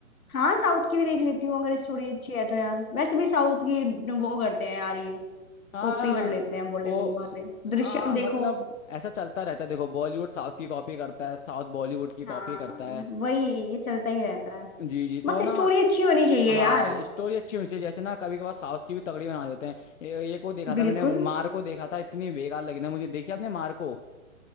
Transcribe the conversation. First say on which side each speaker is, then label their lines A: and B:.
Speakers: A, on the left (about 85°); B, on the left (about 65°).
A: हाँ साउथ की भी देख लेती हूँ अगर स्टोरी अच्छी है तो यार वैसे भी साउथ की वो करते हैं यार ये
B: हाँ
A: कॉपी कर लेते हैं बॉलीवुड
B: वो
A: वाले दृश्यम
B: आ,
A: देखो
B: मतलब ऐसा चलता रहता है देखो बॉलीवुड साउथ की कॉपी करता है साउथ बॉलीवुड की कॉपी
A: हाँ
B: करता है
A: वही ये चलता ही रहता है
B: जी जी तो
A: बस
B: ना
A: स्टोरी अच्छी होनी चाहिए
B: हाँ
A: यार
B: स्टोरी अच्छी होनी चाहिए जैसे ना कभी कभार साउथ की भी तगड़ी बना देते हैं ये, ये को देखा
A: बिल्कुल
B: था मैंने मार को देखा था इतनी बेकार लगी ना मुझे देखी आपने मार को